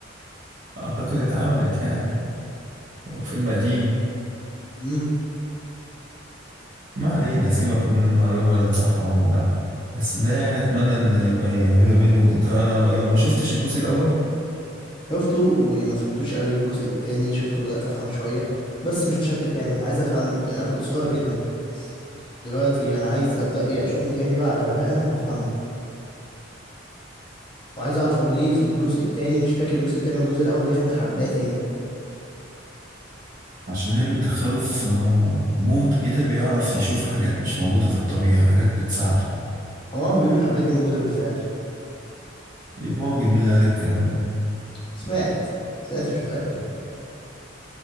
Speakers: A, on the right (about 45°); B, on the left (about 25°).
A: اعتقد اتعملت يعني فيلم قديم
B: امم
A: ما علينا سيبك من المعلومه الصح او لا بس ده يعني اتمنى ان يبقى يعملوا منه انت لما شفتش الجزء الاول
B: شفته وما فهمتوش قوي الجزء التاني شفته بدأت أفهم شوية بس مش بشكل كامل عايز أفهم لأن أنا كنت صغير جدا دلوقتي أنا عايز أبدأ إيه أشوفه تاني بقى على رواقة وأفهمه وعايز أعرف هو ليه في الجزء التاني مش فاكر الجزء التاني والجزء الأول ليه خد الحباية تاني
A: عشان هي بتدخله في مود كده بيعرف يشوف حاجات مش موجوده في الطبيعه حاجات بتساعده
B: هما بيقولوا الحباية دي موجودة بالفعل
A: يبقى راجل مين اللي قال لك الكلام ده
B: سمعت سمعت مش متأكد